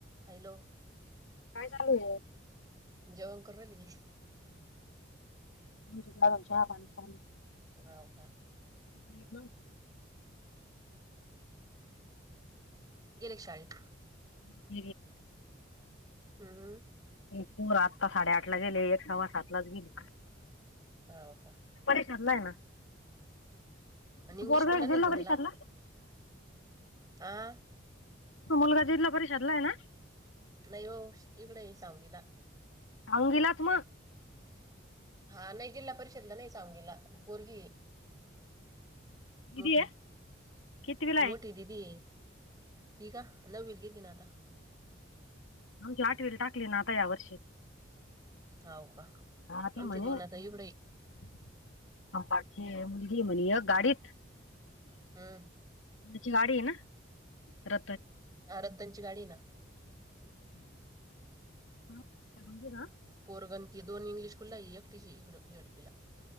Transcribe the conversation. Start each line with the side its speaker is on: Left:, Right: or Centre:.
Right: हॅलो.
Left: काय चालू आहे?
Right: जवण करु राहिल मी
Left: <inaudible>
Right: हो का.
Left: हॅलो!
Right: गेले शाळेत.
Left: <unintelligible>
Right: हम्म
Left: हो आत्ता साडेआठ ला गेले एक सव्वा सात लाच गेली
Right: हा हो का
Left: <inaudible>
Right: आणि इंग्लिश स्कूलला नाही का मग आं!
Left: हा मुलगा जिल्हा परिषदला आहे ना
Right: नाही हो इकडें आहे सांगलिला
Left: <unintelligible>
Right: हा नाही जिल्हा परिषदला नाही चमगेला पोरगी
Left: दिदी
Right: मोठी
Left: आहे कितवीला
Right: मोठी
Left: आहे
Right: दीदी ती का नववीला गेली ना आता
Left: आमची आठवील टाकली ना आता या वर्षी
Right: हो का
Left: हा ती
Right: आमचे
Left: म्हणे
Right: दोन आता एवढ
Left: <unintelligible>
Right: हम्म.
Left: त्याची गाडी आहे ना र
Right: हा रद्दांची गाडी ना
Left: <unintelligible> काय माहिती हाय का
Right: पोरगं आणि दोन इंग्लिशकुलला आहे एकटी इकडं झेडपीला